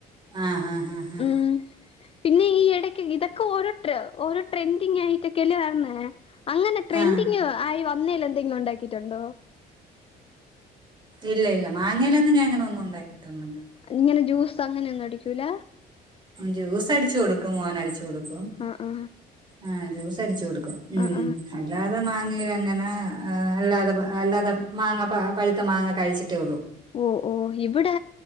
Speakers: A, on the right; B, on the left.
A: ആഹ് ആഹ് ആഹ്
B: ഉം പിന്നെ ഈ എടക്ക് ഇതൊക്കെ ഓരോ ട്ര ഓരോ ട്രെൻഡിങ് ആയിട്ടൊക്കെല്ലേ വര്ണേ അങ്ങനെ ട്രെൻഡിങ്
A: ആഹ്
B: ആയി വന്നേല് എന്തെങ്കിലും ഉണ്ടാക്കിയിട്ടുണ്ടോ
A: ഇല്ല ഇല്ല മാങ്ങയിലൊന്നുംഞാ അങ്ങനെ ഒന്നും ഉണ്ടാക്കിയിട്ടൊന്നുംല്ല
B: ഇങ്ങനെ ജ്യൂസ് അങ്ങനെയ ഒന്നും അടിക്കൂല
A: ജ്യൂസ് അടിച്ചു കൊടുക്കും മോന്അടിച്ചു കൊടുക്കും
B: ആഹ് ആഹ്
A: ആഹ് ജ്യൂസ് അടിച്ചു കൊടുക്കും ഉം
B: ആഹ് ആഹ്
A: അല്ലാതെ മാങ്ങയിലഅങ്ങനെ അല്ലാതെപ അല്ലാതെ മാങ്ങ പ പഴുത്ത മാങ്ങ കഴിച്ചിട്ടേ ഒള്ളൂ
B: ഓഹ് ഓഹ് ഇവിടെ